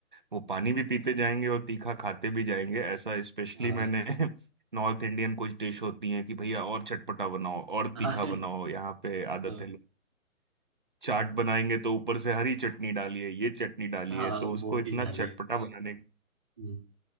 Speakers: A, on the right; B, on the right.
A: वो पानी भी पीते जाएंगे और तीखा खाते भी जाएंगे ऐसा स्पेशली
B: हाँ
A: मैंने <laughs> नॉर्थ इंडियन कुछ डिश होती हैं कि भैया और चटपटा बनाओ और
B: हाँ
A: तीखा बनाओ यहाँ पे आदत
B: हाँ
A: है चाट बनाएंगे तो ऊपर से हरी चटनी डालिए ये चटनी डालिए
B: हाँ,
A: तो उसको
B: वो
A: इतना
B: भी डाले
A: चटपटा
B: हाँ
A: बनाने
B: हम्म,